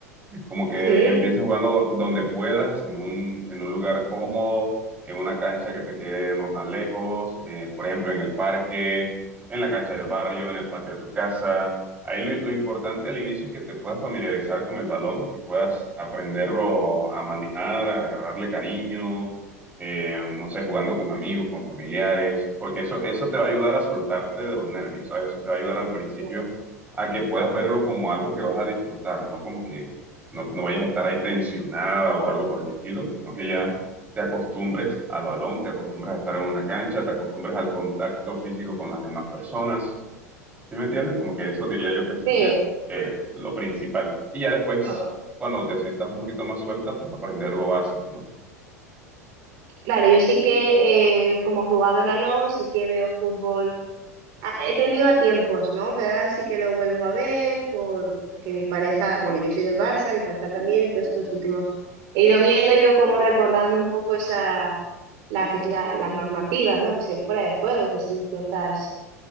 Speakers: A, on the right; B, on the right.
A: como que
B: Sí.
A: empieces jugando donde puedas, en un, en un lugar cómodo, en una cancha que te quede no tan lejos, eh, por ejemplo, en el parque, en la cancha del barrio, en el patio de tu casa. Ahí lo, lo importante al inicio es que te puedas familiarizar con el balón, que puedas aprenderlo a manejar, a agarrarle cariño, eh, no sé, jugando con amigos, con familiares, porque eso, eso te va a ayudar a soltarte de los nervios, ¿sabes? Eso te va a ayudar al principio
B: la-
A: a que puedas verlo como algo que vas a disfrutar, no como que, no, no vayas a estar ahí tensionada o algo por el estilo, sino que ya te acostumbres al balón, te acostumbres a estar en una cancha, te acostumbres al contacto físico con las demás personas. ¿Sí me entiendes? Como que eso diría yo que sería
B: Sí.
A: eh, lo principal. Y ya después,
B: Co-
A: cuando te sientas un poquito más suelta, pues aprender lo básico, ¿no?
B: Claro, yo sí que eh, como jugadora no, sí que veo fútbol Ah, He tenido a tiempos, ¿no? Pero ahora sí que lo vuelvo a ver por, porque mi pareja, bueno, yo soy del Barça, mi pareja también, entonces los últimos he ido viendo, he ido como recordando un poco esa, la que es la, las normativas, ¿no? Que si el fuera de juego, que si ciertas,